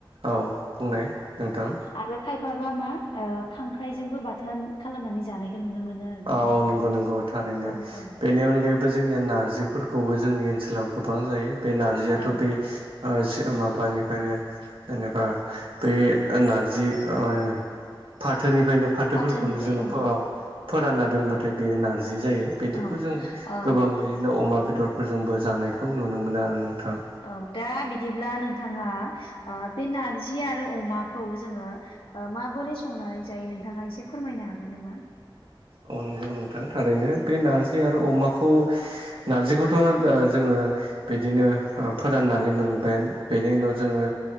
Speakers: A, on the right; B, on the left.
A: औ बुंनाय नोंथां
B: आरो खायफाबा मा ओ खांख्राइजोंबो बाथोन खालामनानै जानायखौ नुनो मोनो आरो नङा
A: औ
B: होमबा नोंथां?
A: नंगौ नंगौ थारैनो
B: औ औ
A: बेनि अनगायै जोंनिया नारजिफोरखौबो जोंनि ओनसोलाव गोबां जायो बे नारजियाथ'
B: औ
A: बे ओ माबानिफ्रायनो जेनेबा बे नारजि ओ फाथोनिफ्रायनो फाथोफोरखौनो
B: फाथोनिफ्राय
A: जोंङो
B: औ
A: फोरानना दोनबाथाय बेयो नारजि जायो बिदिखौ
B: औ
A: जोंङो
B: ओ
A: गोबां बिदिनो अमा बेदरफोरजोंबो जानायखौ नुनो मोनो आरो नोंथां।
B: औ दा बिदिब्ला नोंथाङा ओ बे नारजि आरो अमाखौ जोङो माबोरै संनानै जायो नोंथाङा एसे फोरमायनो हागोन नामा?
A: औ नंगौ नोंथां थारैनो बे नारजि आरो
B: औ
A: अमाखौ नारजिखौथ' द जोङो बिदिनो ओ फोराननानै मोनबायानो। बेनि उनाव जोङो